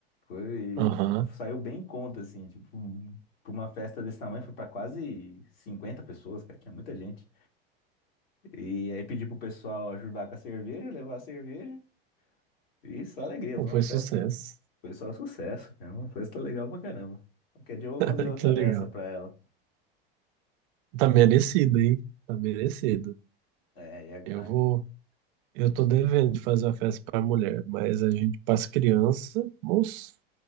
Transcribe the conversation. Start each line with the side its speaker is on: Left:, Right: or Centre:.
Left: Foi,
Right: Aham.
Left: saiu bem em conta, assim, tipo, pra uma festa desse tamanho foi pra quase 50 pessoas, cara, que é muita gente. E aí pedi pro pessoal ajudar com a cerveja, levar a cerveja. E só alegria,
Right: Pô,
Left: foi
Right: Foi
Left: uma festa
Right: sucesso.
Left: Foi só sucesso, né? Uma festa legal pra caramba. Qualquer dia eu vou
Right: <laughs>
Left: fazer outra
Right: Que legal.
Left: dessa pra ela.
Right: Tá merecido, hein? Tá merecido.
Left: É, e a-
Right: Eu
Left: a-
Right: vou. Eu tô devendo de fazer uma festa pra mulher, mas a gente, pras crianças, moço,